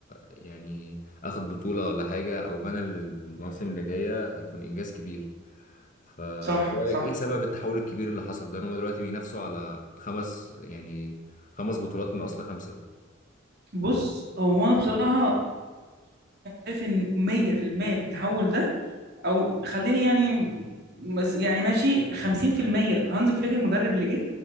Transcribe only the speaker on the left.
يعني أخد بطولة ولا حاجة أو بنى للمواسم اللي جاية هيكون إنجاز كبير فبرأيك
إيه سبب التحول الكبير اللي حصل ده إن هما دلوقتي بينافسوا على خمس يعني خمس بطولات من أصل خمسة